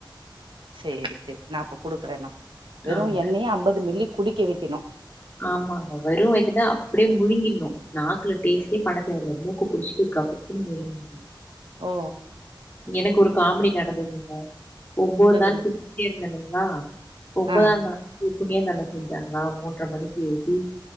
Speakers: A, on the right; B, on the left.
A: சேரி சேரி நா அப்ப குடுக்ற நா வெறு
B: ஆமாங்க.
A: எண்ணெய அம்பது மில்லி குடிக்க வைக்கணு
B: ஆமாங்க வெரு வைத்துல அப்டே முழுங்கிணு நாக்குல டேஸ்ட்டே பண்ண தேவல்ல மூக்க புடிச்சிட்டு கபுக்குன்னு முழுங்கினு
A: ஓ
B: எனக்கு ஒரு காமெடி நடந்ததுங்க ஒம்போது
A: சொல்லுங்க
B: நாள் கு டிச்சிட்டே இருந்தனுங்ளா ஒன்பதா
A: ஆ
B: நாளு புன்னிய தானோ செஞ்சாங்களா மூன்ற மணிக் கு எழுப்பி